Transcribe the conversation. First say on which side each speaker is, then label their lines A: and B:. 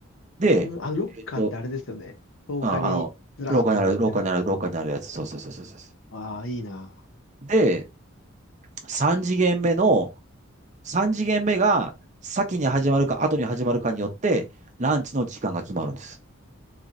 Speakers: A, on the right (about 35°); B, on the left (about 65°).
A: で、
B: うん、あの、ロッカーってあれですよね。
A: えっと、
B: 廊下にずらーって並んでる。
A: あ、あの、廊下にある、廊下にある、廊下にあるやつ。そうそうそうそうそうそ
B: ああ、いいな
A: う。で、3次元目の、3次元目が先に始まるか後に始まるかによって、ランチの時間が決まるんです。